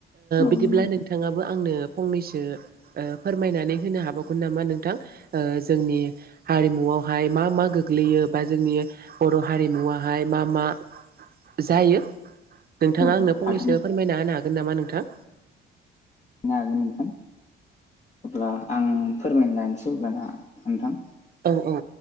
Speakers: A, on the left (about 35°); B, on the right (about 50°).
A: औ
B: बिदिब्ला
A: नंगौथ'
B: नोंथांङाबो आंनो फंनैसो फोरमायनानै होनो हाबावगोन नामा नोंथां जोंनि हारिमुवावहाय मा मा गोग्लैयो बा जोंनि बर' हारिमुवाहाय मा मा जायो नोंथांङा
A: औ
B: आंनो
A: औ
B: फंनैसो
A: हागोन
B: फोरमायना होनो हागोन नामा नोंथां
A: <unintelligible> हागोन नोंथां अब्ला आं फोरमायनो लानोसै अब्ला ना नोंथां
B: औ औ